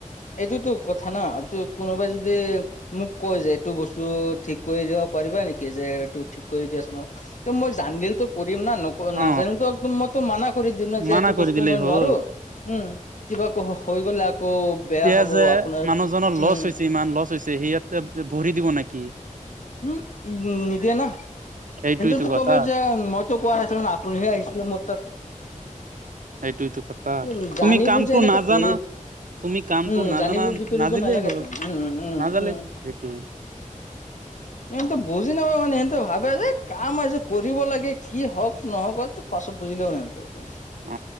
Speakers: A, on the left; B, on the right.
A: এইটোতো কথা ন' ত কোনোবাই যদি মোক কয় যে এইটো বস্তু ঠিক কৰি দিব পাৰিবা নেকি? যে এইটো ঠিক কৰি দিয়াচোন অলপ। ত মই জানদিল তো কৰিম না নক
B: অ
A: নাজানিলেটো একদম মইতো মানা কৰি দিম না
B: মানা
A: যে এইটো
B: কৰি
A: বস্তু
B: দিলেই
A: মই
B: হ'ল
A: নোৱাৰো উম কিবা হৈ গ'লে আকৌ
B: এতিয়া
A: বেয়া হ'ব
B: যে
A: আপোনাৰ
B: মানুহজনৰ
A: উম
B: লচ হৈছে ইমান লছ হৈছে সি ইয়াতে ভৰি দিব নেকি?
A: হু ম উ নিদিয়ে না
B: সেইটোইতো
A: সেনতেতো কব
B: কথা
A: যে মই কোৱা নাআছিলো নহয় আপুনিহে আহিছিলে মোৰ তাত
B: সেইটোইতো কথা
A: আন জানি
B: তুমি কামটো
A: বোজি এনেকাে
B: নাজানা
A: কৰিও
B: তুমি কামটো
A: উম
B: নাজানা
A: জানিব বুজি কৰিব
B: নাজিলেই
A: নালাগে
B: হ'ল
A: উম উম
B: নাজালে
A: উম <inaudible>
B: সেইটোৱে
A: সিহঁতে বুজি নাপায় মানে সিহঁতে ভাবে যে কাম আছে কৰিব লাগে কি হওক নহওক। পাছত বুজিলেও সিহঁতে
B: অ